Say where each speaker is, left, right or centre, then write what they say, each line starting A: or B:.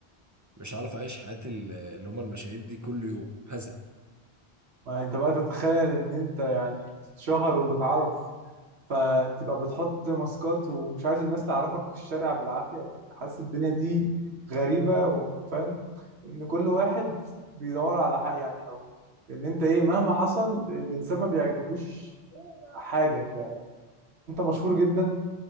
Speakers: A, on the right; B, on the right.
A: مش عارف اعيش حياه ال- اللي هم المشاهير دي كل يوم هزق
B: ما انت بقى تتخيل ان انت تتشهر وتتعرف فتبقى بتحط ماسكات ومش عايز الناس تعرفك في الشارع بالعافيه يعني حاسس الدنيا دي غريبه وفاهم ان كل واحد بيدور على حق يعني او ان انت ايه مهما حصل الانسان ما بيعجبوش حاجه يعني انت مشهور جدا